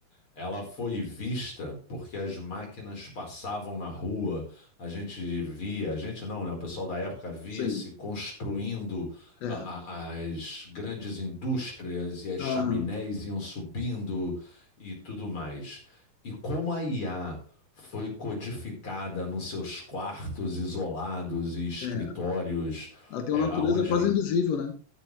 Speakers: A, on the left; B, on the left.
A: Ela foi vista porque as máquinas passavam na rua, a gente via, a gente não, né? O pessoal da época via
B: Sim,
A: se construindo
B: é.
A: a- a- as grandes indústrias e as
B: Aham,
A: chaminés iam subindo e tudo mais. E como a IA foi codificada nos seus quartos isolados e escritórios,
B: é. Ela tem
A: é,
B: uma natureza
A: aonde
B: quase
A: nin-
B: invisível, né.